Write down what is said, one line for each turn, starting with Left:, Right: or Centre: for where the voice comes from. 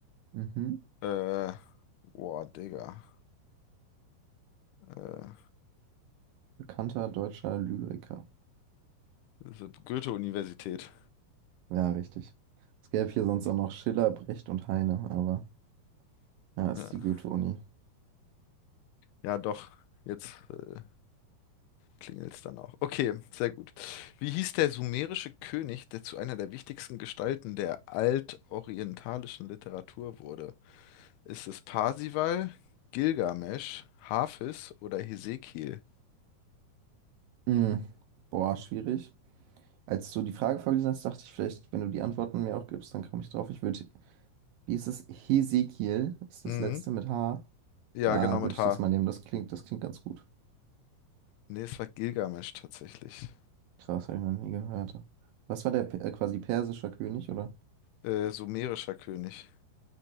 Right: Mhm.
Left: Äh, boah, Digga. Äh,
Right: Bekannter deutscher Lyriker.
Left: diese Goethe-Universität.
Right: Ja, richtig. Es gäbe hier sonst auch noch Schiller, Brecht und Heine, aber ja, ist
Left: Ja.
Right: die Goethe-Uni.
Left: ja, doch. Jetzt äh, klingelt's dann auch. Okay, sehr gut. Wie hieß der sumerische König, der zu einer der wichtigsten Gestalten der altorientalischen Literatur wurde? Ist es Parsival, Gilgamesch, Hafis oder Hesekiel?
Right: Hm, boah, schwierig. Als du die Frage vorgelesen hast, dachte ich vielleicht, wenn du die Antworten mir auch gibst, dann komme ich drauf. Ich würde, wie ist es? Hesekiel ist
Left: Mhm.
Right: das letzte mit H.
Left: Ja,
Right: Ja,
Left: genau mit
Right: würde ich
Left: H.
Right: das mal nehmen. Das klingt, das klingt ganz gut.
Left: Nee, es war Gilgamesch tatsächlich.
Right: Krass, habe ich noch nie gehört. Was war der Pe- äh, quasi persischer König, oder?
Left: Äh, sumerischer König.